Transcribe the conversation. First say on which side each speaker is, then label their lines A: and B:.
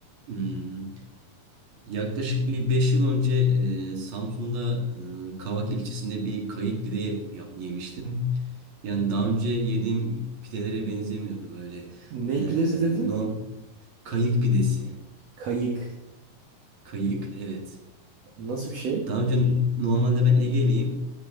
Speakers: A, on the right; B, on the right.
A: Hmm, Yaklaşık bir 5 yıl önce e, Samsun'da e, Kavak ilçesinde bir kayık pide ye- yap- yemiştim. Yani daha önce yediğim pidelere benzemiyordu böyle
B: Ne
A: e,
B: pidesi dedin?
A: non kayık pidesi.
B: Kayık.
A: Kayık evet.
B: Nasıl bir şey?
A: Daha önce normalde ben Ege'liyim.